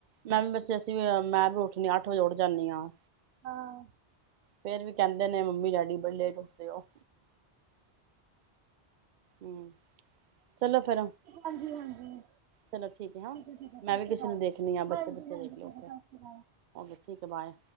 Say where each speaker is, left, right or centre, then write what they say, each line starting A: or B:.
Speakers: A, on the right; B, on the right.
A: ਮੈਂ ਵੀ ਵੈਸੇ ਅਸੀਂ ਮੈਂ ਵੀ ਉੱਠਣੀ ਅੱਠ ਵਜੇ ਉੱਠ ਜਾਂਦੀ ਹਾਂ
B: ਹਾਂ
A: ਫੇਰ ਵੀ ਕਹਿੰਦੇ ਨੇ ਮੰਮੀ ਡੈਡੀ ਬੜੇ ਲੈਟ ਉਠਦੇ ਹੋ ਹੂੰ ਚਲੋ ਫੇਿਰ,
B: ਹਾਂਜੀ ਹਾਂਜੀ
A: ਚਲੋ ਠੀਕ ਹੈ, ਹ
B: ਠੀਕ ਹੈ ਸਤਿ
A: ਮੈਂ ਵੀ
B: ਸ਼੍ਰੀ
A: ਕਿਸੇ
B: ਅਕਾਲ
A: ਨੂੰ ਦੇਖਣੀ ਆ
B: ਹਾਂਜੀ
A: ਬੱਚੇ ਬੱਚੇ
B: ਹਾਂਜੀ
A: ਵੇਖ
B: ਠੀਕ
A: ਲਿਓ
B: ਹੈ ਸਤਿ ਸ਼੍ਰੀ ਅਕਾਲ
A: ਠੀਕ ਹੈ ਬਾਏ